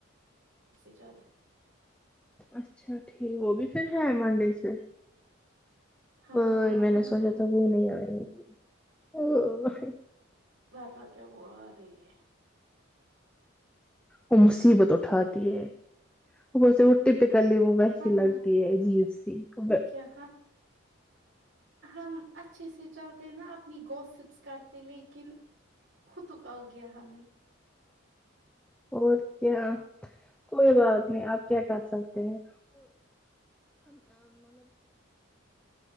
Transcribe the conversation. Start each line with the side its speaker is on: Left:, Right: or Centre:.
Right: سے زیادہ
Centre: اچھا ٹھیک وہ بھی پھر ہے منڈے سے
Right: ہاں
Centre: وہ میں نے
Right: ہاں
Centre: سوچا تھا وہ نہیں آئے گی او <unintelligible>
Right: ورنہ کیا وہ آ رہی ہے
Centre: وہ مصیبت اٹھاتی ہے وہے ٹپیکلی وہ ویسی
Right: ورنہ
Centre: لگتی ہے جیز خی <inaudible>
Right: کیا ہم ہم اچھی طرح چلتے اور اپنا ہوم ورک کرتے لیکن ہمیں خود اس کا پتہ چلا۔
Centre: اور اگر کوئی مسئلہ نہ ہو تو آپ کیا کر سکتے ہیں؟